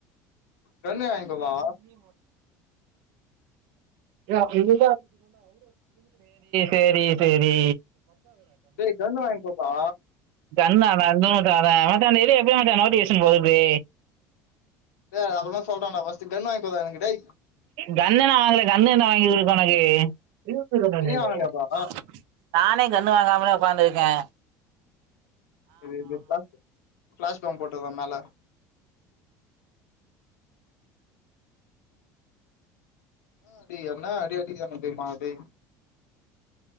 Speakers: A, on the left; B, on the right.
A: தண்ணி வாங்கிட் வர்லாவா
B: சேரி சேரி சேரி
A: டேய் கன்னு வாங்கி குர்றா
B: கன்னா <unintelligible> எப்டி மச்சா நோட்டிபிகேஷன் போகுதிப்டி
A: டேய் அத அப்பறமா சொல்றான்டா ஃபஸ்டு கன் வாங்க்குடா எனக்கு டேய்
B: கன்னே நா வாங்ல கண்னே என்டா வாங்கிக்கு உனக்கு <unintelligible>
A: நீயே வாங்கலையாப்பா
B: நானே கன்னு வாங்காமதா உக்காந்துருக்க
A: இது இது பிளாஸ் பிளாஸ் கம் போட்டதா மேல என்னா டேய் என்னா அடி அடிக்கறாங்க தெரிமா டேய்